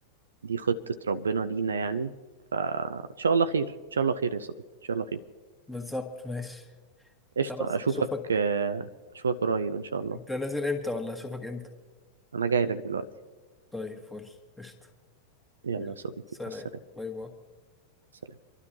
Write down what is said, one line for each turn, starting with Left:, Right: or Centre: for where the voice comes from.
Right: دي خطة ربنا لينا يعني فإن شاء الله خير إن شاء الله خير يا صديقي إن شاء الله خير
Centre: بالظبط ماشي
Right: قشطة
Centre: خلاص
Right: أشوفك
Centre: اشوفك
Right: آه، أشوفك قريب إن شاء الله
Centre: انت نازل امتى ولا اشوفك امتى
Right: أنا جاي لك دلوقتي
Centre: طيب فل قشطة
Right: يلا
Centre: يلا.
Right: يا صديقي
Centre: سلام
Right: مع السلامة
Centre: باي باي
Right: سلام.